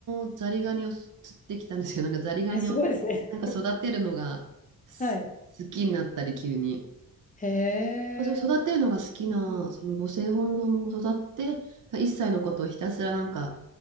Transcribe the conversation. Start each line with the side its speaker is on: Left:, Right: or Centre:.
Right: 日、ザリガニを釣ってきたんですけど、<laughs> なんかザリガニを
Left: え、すごいですね。
Right: なんか育てるのがす好きになったり、
Left: <laughs> はい。
Right: 急に。
Left: へえ。
Right: まあ、それ育てるのが好きな、
Left: うん。
Right: その母性本能も育って、一歳のことをひたすらなんか、